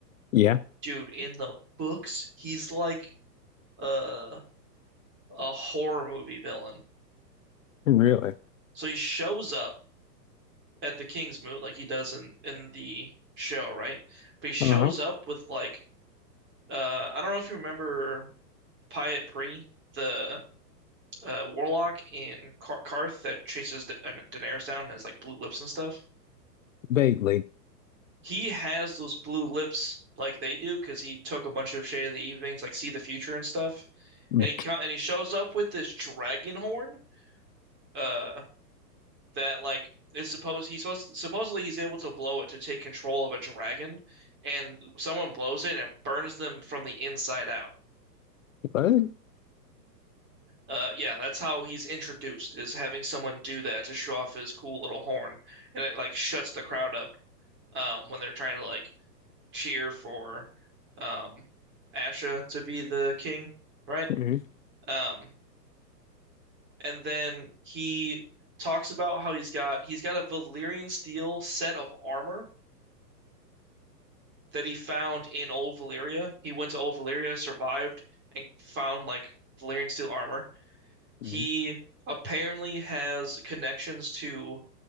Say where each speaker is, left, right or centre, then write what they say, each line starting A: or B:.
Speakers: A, on the left; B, on the right.
A: Yeah,
B: Dude, in the books, he's like uh, a horror movie villain.
A: really.
B: So he shows up at the King's Moot like he does in in the show, right? But he shows
A: Uh-huh.
B: up with like Uh, I don't know if you remember Pyat Pre, the uh, warlock in Kar Karth that chases da uh, Daenerys down and has like blue lips and stuff.
A: Vaguely.
B: He has those blue lips like they do because he took a bunch of Shade of the Evenings, like see the future and stuff.
A: Mm.
B: And he co and he shows up with this dragon horn uh, that like is supposed he's supposed supposedly he's able to blow it to take control of a dragon, and someone blows it and it burns them from the inside out.
A: But
B: Uh, yeah, that's how he's introduced, is having someone do that to show off his cool little horn, and it like shuts the crowd up um, when they're trying to like cheer for um, Asha to be the king, right?
A: mm-hmm.
B: Um, and then he talks about how he's got he's got a Valyrian steel set of armor that he found in Old Valyria. He went to Old Valyria, survived, and found like Valyrian steel armor. He
A: Mm-hmm.
B: apparently has connections to